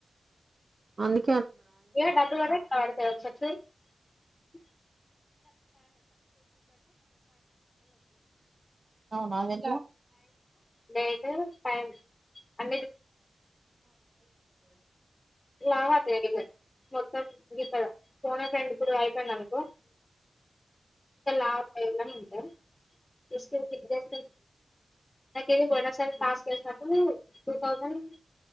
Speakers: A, on the right (about 50°); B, on the left (about 25°).
A: అందు
B: ఏ డబ్బులుడ కడ <unintelligible>
A: అవునా అదెట్ల
B: డైట్ ఫైవ్ అ వా ప <unintelligible> మొత్తం కద ఫోనే ఫ్రెండ్ ఇప్పుడు అయిపోయింద మీకు ఇకాలాపైనా హ చూస్తూ ఉంది. జేస్ట్ నాకు ఇది బోనస్స టాస్క్ చేసినప్పుడు టూ థౌసండ్